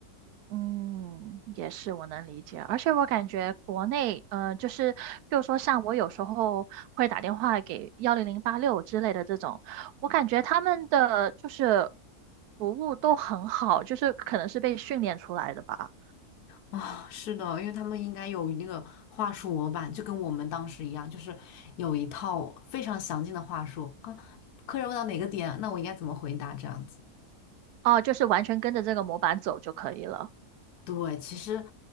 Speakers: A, on the right; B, on the left.
A: 嗯，也是我能理解，而且我感觉国内，呃，就是比如说像我有时候会打电话给幺零零八六之类的这种，我感觉他们的就是服务都很好，就是可能是被训练出来的吧，
B: 啊。是的，因为他们应该有那个话术模板，就跟我们当时一样，就是有一套非常详尽的话术啊。客人问到哪个点，那我应该怎么回答这样子。
A: 哦，就是完全跟着这个模板走就可以了。
B: 对，其实，